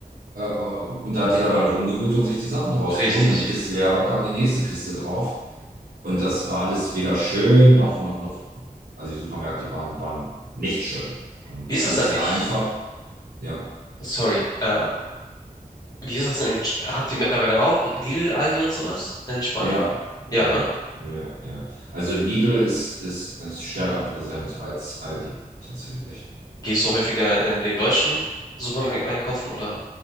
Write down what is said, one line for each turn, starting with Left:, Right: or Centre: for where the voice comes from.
Right: Äh, Und da hat jeder dann rumgewühlt und sich die Sachen rausgeholt.
Left: Richtig.
Right: Wenn die Kiste leer war, kam die nächste Kiste drauf. Und das war alles weder schön noch, noch, noch. Also die Supermärkte waren, waren nicht schön und
Left: Wie ist
Right: alles
Left: das denn
Right: sehr
Left: nicht?
Right: einfach. Ja,
Left: Sorry. Äh, wie ist das denn? in Sch- Habt ihr mittlerweile auch Lidl, Aldi und sowas in Spanien?
Right: Ja, ja,
Left: Ja, ne?
Right: ja, ja, ja. Also Lidl ist, ist, ist stärker präsent als Aldi, tatsächlich.
Left: Gehst du häufiger in den deutschen Supermärkten einkaufen oder